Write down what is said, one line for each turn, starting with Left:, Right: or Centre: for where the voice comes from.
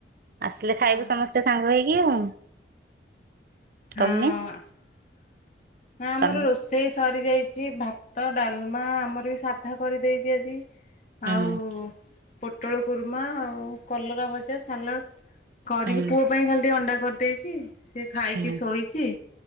Right: ଆସିଲେ ଖାଇବୁ
Left: ଓହୋ।
Right: ସମସ୍ତେ ସାଙ୍ଗ ହେଇକି ଆଉ।
Left: ହଁ।
Right: ତମେ
Left: ନା ଆମର
Right: ତମେ
Left: ରୋଷେଇ ସ ଯାଇଛି ଭାତ ଡାଲମା ଆମର ବି ସାଧା କରିଦେଇଛି ଆଜି।
Right: ହୁଁ
Left: ଆଉ ପୋଟଳ କୁରୁମା ଆଉ କଲରା ଭଜା ସାଲାଡ଼। କରିକି
Right: ହୁଁ
Left: ପୁଅ ପାଇଁ ଖାଲି ଟିକେ ଅଣ୍ଡା କରିଦେଇଚି। ସେ ଖାଇକି
Right: ହୁଁ
Left: ଶୋଇଛି